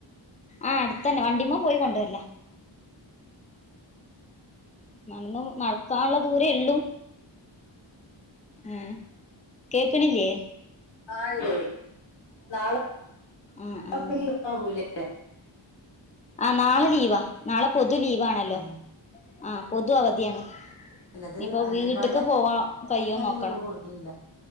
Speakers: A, on the left; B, on the left.
A: ആഹ അടുത്തന്നെ വണ്ടിമ്മ പോയി കൊണ്ടുവരില്ല നടന്ന നടക്കാനുള്ള ദൂരേ ഉള്ളു ആഏ കേക്കണില്ലയേ
B: ആഇണ്ട് നാളെ
A: ആ ആ
B: ഒക്കെ ലീവ് ആവുലെ
A: ആ നാളെ ലീവാ നാളെ പൊതു ലീവാണല്ലോ
B: <unintelligible>
A: ആ പൊതു അവധിയാണ്
B: അല്ലത്
A: ഇപ്പൊ
B: അംഗൻവാടി
A: വീട്ക്ക് പോവാ കയ്യോ
B: അങ്ങനെ
A: നോക്കണം
B: ലീവ് കൊടുക്കലില്ല